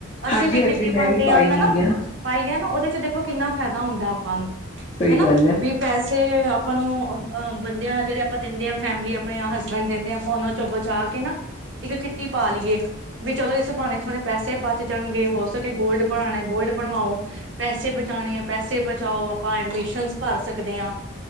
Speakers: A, on the right (about 65°); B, on the left (about 30°).
A: ਅਸੀਂ
B: ਹਾਂਜੀ
A: ਵੀ ਕਿੱਟੀ
B: ਹਾਂਜੀ ਮੈਂ
A: ਪਾਂਦ
B: ਵੀ
A: ਆ
B: ਪਾਈ
A: ਹੈਨਾ
B: ਵੀ ਆ
A: ਪਾਈਐ। ਕਿਆਨਾ ਉਹਦੇ ਚ ਦੇਖੋ ਕਿੰਨਾ ਫੈਦਾ ਹੁੰਦੈ ਆਪਾਂ ਨੂੰ।
B: ਸਹੀ
A: ਹੈਨਾ
B: ਗੱਲ ਹੈ
A: ਵੀ ਪੈਸੇ ਆਪਾਂ ਨੂੰ ਅਮ ਅ ਬੰਦਿਆਂ ਜਿਹੜੇ ਆਪਾਂ ਦਿੰਦੇ ਆਂ ਫੈਮਿਲੀ ਆਪਣੇ ਹਸਬੈਂਡ ਦਿੰਦੇ ਐ, ਆਪਾਂ ਔਨਾਂ ਚੋਂ ਬਚਾ ਕੇ ਨਾ ਇੱਕ ਕਿਟੀ ਪਾ ਲਈਏ। ਵੀ ਚਲੋ, ਇਸ ਬਾਣੇ ਥੋੜੇ ਪੈਸੇ ਬਚ ਜਾਣਗੇ। ਹੋ ਸਕੇ ਗੋਲਡ ਬਣਾਉਣਾ, ਗੋਲਡ ਬਣਵਾਓ। ਪੈਸੇ ਬਚਾਉਣੇ ਐ, ਪੈਸੇ ਬਚਾਓ। ਆਪਾਂ ਐਡਮਿਸ਼ਨ ਭਰ ਸਕਦੇ ਆਂ।